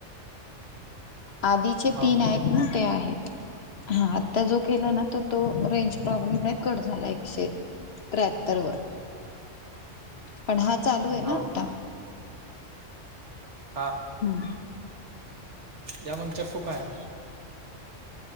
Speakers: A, on the left; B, on the right.
A: आधीचे
B: हो
A: तीन आहेत
B: का
A: ना ते आहेत. हा आत्ता जो केला ना तर तो रेंज प्रॉब्लेम कट झाला एकशे एक त्र्याहत्तर वर पण हा चालू आय ना
B: हो
A: आता?
B: का हा.
A: हम्म.
B: या मग चक्को काया.